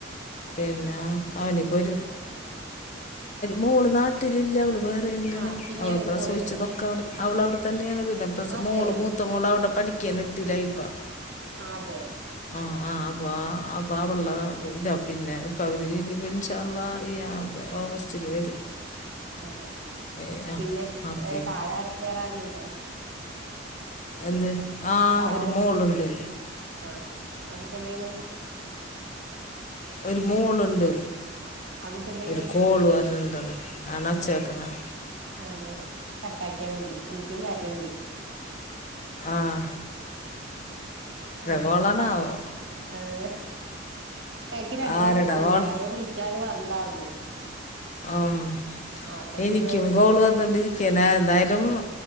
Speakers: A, on the left; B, on the right.
A: പിന്നെ അവനിപ്പോ ഒരു മോള് നാട്ടിലില്ല അവള് ബഹ്‌റൈൻ ലാണ്
B: ആഹ് പിന്നെ
A: അവൾ
B: അങ്ങോട്ട്
A: പ്രെസവിച്ചതൊക്കെ
B: പോയോ
A: അവിടെ അവളവിടെ തന്നെയാണ് പിന്നെ മോൾ
B: അതെ
A: മൂത്ത മൂത്ത മോൾ അവിടെ പഠിക്കയാണ് എട്ടില ഇപ്പൊ
B: അതെ
A: ആഹ് ആഹ് അപ്പൊ അവളുടെ ഇത് പിന്നെ ഇപ്പൊ അവര് ഇനിപ്പോ ഇന്ഷാ അല്ലാഹ് ഈ ഓഗസ്റ്റില് വരും
B: അതെ
A: ഏ ആ
B: പിന്നെ
A: അപ്പം
B: താഴെ വേറെ ആരെലും ഉണ്ടോ
A: എന്ത് ആഹ്
B: താഴെ
A: ഒരു മോൾണ്ട്.
B: ആഹ് ആ കുട്ടി എന്താ ചെയ്യുന്ന്.
A: ഒരു മോളുണ്ട്
B: ആ കുട്ടി എന്ത് ചെയ്യണ്
A: ഒരു കോള് വരണണ്ട് അതാണ് ഒച്ചേക്കുന്നേ
B: ആഹ് അതെ കട്ടാക്കിയാ മതി എനിക്കും വരണണ്ട്.
A: ആഹ്
B: ആഹ്
A: കോളാണാവോ
B: ഏഹ് കഴിക്ക് രണ്ട് പ്രാവശ്യം
A: ആരുടെ
B: വന്നേ
A: കോള
B: ആരോ വിളിക്കാന്ന് പറഞ്ഞിണ്ടാർന്നു.
A: ആഹ്
B: അപ്പൊ
A: എനിക്കും
B: പിന്നെ
A: കോള് വന്നോണ്ടിരിക്കണ് എന്തായാലും.